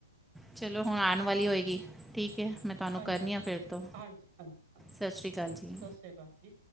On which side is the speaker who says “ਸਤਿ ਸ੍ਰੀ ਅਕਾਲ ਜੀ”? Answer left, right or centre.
Right